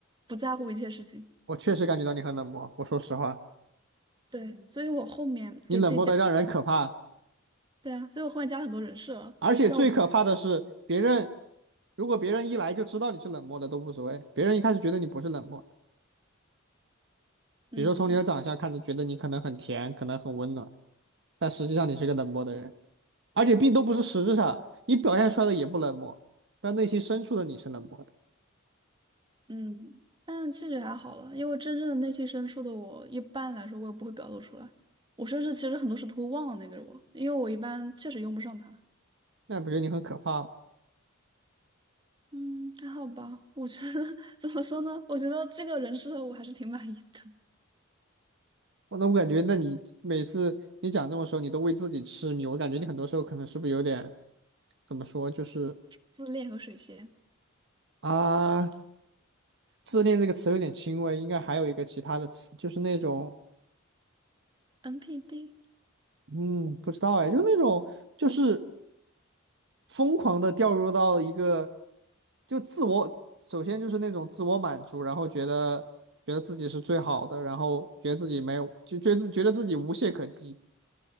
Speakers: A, on the right (about 25°); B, on the right (about 60°).
A: 不在乎一切事情。
B: 我确实感觉到你很冷漠。我说实话，
A: 对，嗯所以我后面给自己加，
B: 你冷漠的让人可怕，
A: 对啊，所以我后面加了很多人设啊让我，
B: 而且最可怕的是别人，如果别人一来就知道你是冷漠的都无所谓，别人一开始觉得你不是冷漠
A: 嗯
B: 比如说从你的长相看着觉得你可能很甜，可能很温暖，但实际上你是个冷漠的人，而且并都不是实质上，你表现出来的也不冷漠，但内心深处的你是冷漠的，
A: 嗯，但其实还好了，因为真正的内心深处的我，一般来说我也不会表露出来，我甚至其实很多事都会忘了那个我，因为我一般确实用不上他。
B: 那不觉得你很可怕吗？
A: 嗯，还好吧。我觉得 <laughs> 怎么说呢？我觉得这个人设我还是挺满意的。
B: 我那我感觉，那你每次你讲这种时候，你都为自己痴迷。我感觉你很多时候可能是不是有点怎么说，就是
A: 自恋和水仙
B: 啊，自恋这个词有点轻微，应该还有一个其他的词，就是那种
A: ，NPD，
B: 嗯，不知道哎，就那种就是疯狂的掉入到一个就自我，首先就是那种自我满足，然后觉得觉得自己是最好的，然后觉得自己没有，就觉得自觉得自己无懈可击，